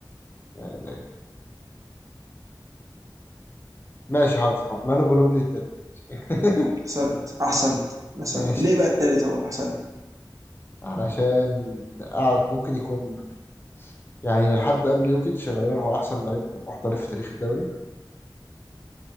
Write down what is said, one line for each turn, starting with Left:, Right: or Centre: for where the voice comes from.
Left: يا إلهي. ماشي حاضر حاضر. مانو جنوبلي التاني <laughs>
Right: احسنت احسنت احسنت
Left: ماشي
Right: ليه بقى التالت اهو احسنت
Left: علشان قاعد ممكن يكون يعني لحد قبل يوكيتش غالبا هو أحسن لعيب محترف في تاريخ الدوري